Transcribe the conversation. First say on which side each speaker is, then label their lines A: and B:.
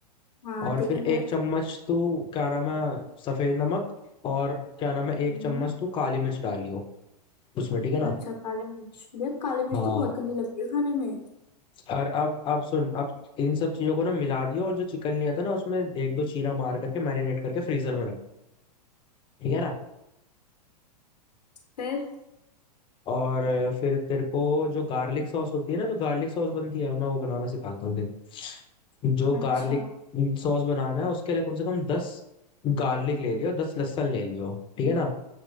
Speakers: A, on the left; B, on the left.
A: हाँ
B: और
A: ठीक
B: फिर
A: है फिर
B: एक चम्मच तू क्या नाम है सफेद नमक और क्या नाम है
A: हम्म
B: एक चम्मच तू काली मिर्च डालियो उसमें ठीक है ना
A: अच्छा काले मिर्च यार काले मिर्च
B: हाँ
A: तो बहुत गंदी लगती है खाने में
B: और अब अब सुन अब इन सब चीजों को ना मिला दियो और जो चिकन लिया था ना उसमें एक दो चीरा मार करके मैरिनेट करके फ्रीजर में रख ठीक है ना
A: फिर
B: और फिर तेरे को जो गार्लिक सॉस होती है ना जो गार्लिक सॉस बनती है मैं वो बनाना सिखाता हूँ देख जो
A: अच्छा
B: गार्लिक सॉस बनाना है उसके लिए कम से कम दस गार्लिक ले लियो दस लहसुन ले लियो ठीक है ना